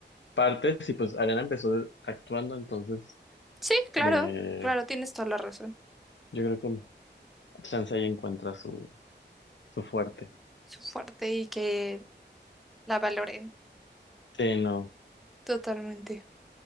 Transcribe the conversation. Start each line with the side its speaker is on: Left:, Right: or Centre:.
Left: partes y pues Ariana empezó actuando, entonces
Centre: Sí, claro,
Left: eh,
Centre: claro, tienes toda la razón.
Left: yo creo que chance ahí encuentra su, su fuerte.
Centre: su fuerte y que la valoren
Left: Sí, no.
Centre: totalmente.